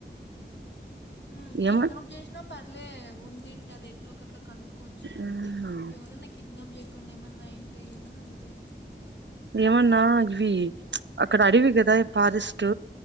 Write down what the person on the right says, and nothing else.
ఏమో
ఆ!
ఏమన్నా ఇవి అక్కడ అడవి కదా ఈ ఫారెస్ట్